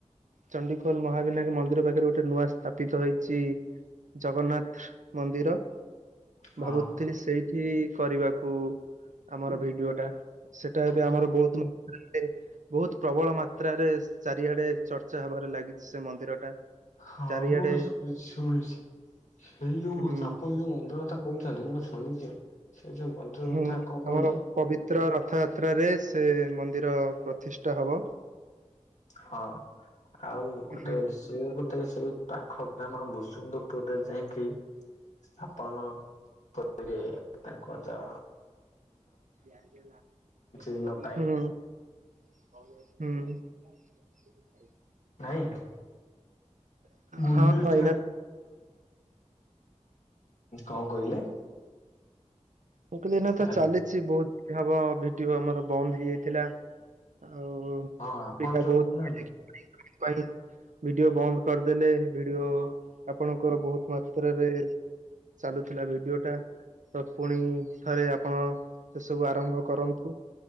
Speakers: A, on the right; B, on the left.
A: ଚଣ୍ଡିଖୋଲ ମହାବିନାୟ ମନ୍ଦିର ପାଖରେ ଗୋଟେ ନୂଆ ସ୍ଥାପିତ ହେଇଛି। ଜଗନ୍ନାଥ ମନ୍ଦିର
B: ହଁ
A: ଭାବୁଥିଲି
B: ହଁ
A: ସେଇଠି କରିବାକୁ ଆମର ଭିଡିଓ ଟା ସେଟା
B: ପୁରା
A: ଏବେ ଆମର ବହୁତ ଲୋ ବହୁତ ପ୍ରବଳ ମାତ୍ରାରେ ଚାରିଆଡେ ଚର୍ଚ୍ଚା ହବାରେ ଲାଗିଛି ସେ ମନ୍ଦିର ଟା
B: ହଁ
A: ଚାରିଆଡେ
B: ମୁହୁ ଶ ଶଇଛି ସେଇ ଯୋଉ
A: ହୁଁ
B: ସାପ ଯୋଉ ମଧୁର ତା କହୁଥାନ୍ତି ମୁଁ ଶୁଣିଛି ସେ ଯୋଉ ମନ୍ଦିର
A: ହୁଁ
B: କଥା କଣ କହିଲେ
A: ଆମର ପବିତ୍ର ରଥ ରଥଯାତ୍ରାରେ ସେ ମନ୍ଦିର ପ୍ରତିଷ୍ଠା ହବ।
B: ହଁ ଆଉ ଗୋଟେ
A: ହୁଁ
B: ସିଏ ବୋଧେ ସେଇ ପାଖ ବା ସୁନ୍ଦପୁରରେ ଯାଇକି ସ୍ଥାପନ ସେରେ ତାଙ୍କ ଯା
A: ହୁ
B: ଦିନ ପାଇଁ
A: ହୁଁ <inaudible>
B: ନାଇଁ ଗୁଡୁ
A: ହଁ ହଁ
B: ହୁଁ
A: ଏଇନା
B: କଣ କହିଲେ
A: ମୁଁ କହିଲି ନା ତ
B: ହାଲ୍
A: ଚାଲିଛି ବହୁତ ହବ ଭିଡିଓ ଆମର ବନ୍ଦ ହେଇଯାଇଥିଲା। ଆଉ
B: ହଁ ଆପଣ
A: ପିତା
B: ଯୋଉ
A: ବହୁତ
B: କହୁନାହାନ୍ତି
A: ପାଇଁ ଭିଡିଓ ବନ୍ଦ କରିଦେଲେ ଭିଡିଓ ଆପଣଙ୍କର ବହୁତ ମାତ୍ରରେ ଚାଲୁଥିଲା ଭିଡିଓ ଟା ସ ପୁଣି ଥରେ ଆପଣ ସେସବୁ ଆରମ୍ଭ କରନ୍ତୁ।